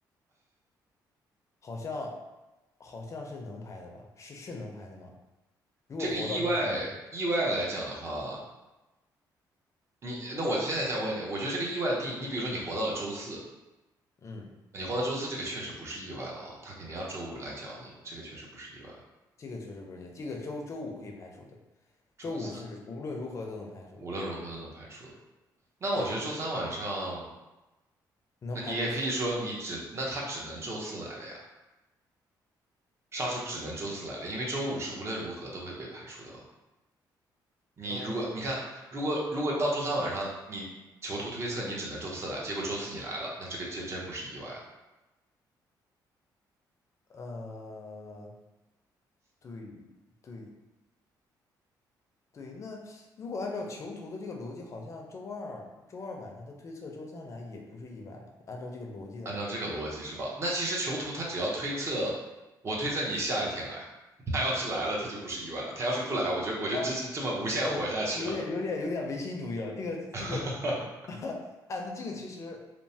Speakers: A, on the left (about 40°); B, on the right (about 35°).
A: 好像好像是能排的吧？是是能排的吗？如果活到周三晚上
B: 这个意外意外来讲的话，你那我现在再问你，我觉得这个意外的定义，你比如说你活到了周四，
A: 嗯，
B: 你活到周四，这个确实不是意外了哦，他肯定要周五来找你，这个确实不是意外。
A: 这个确实不是，这个周周五可以排除的，
B: 周三
A: 周五是无论如何都能排除的。
B: 无论如何都能排除的。那我觉得周三晚上，
A: 对，能排周四
B: 那你也可以说你只，那他只能周四来了呀，杀手只能周四来了，因为周五是无论如何都会被排除的吧？你如果你看，
A: 呃
B: 如果如果到周三晚上你囚徒推测你只能周四来，结果周四你来了，那这个就真不是意外了。
A: 呃，对对，对，那如果按照囚徒的这个逻辑，好像周二周二晚上他推测周三来也不是意外了。按照这个逻辑的话，
B: 按照这个逻辑是吧？那其实囚徒他只要推测，我推测你下一天来，他要是来了，他就不是意外了；他要是不来，我就我就这这么无限活下去了。
A: 啊，我有点有点有点唯心主义了。这个这个，
B: <laughs>
A: <laughs> 哎，那这个其实，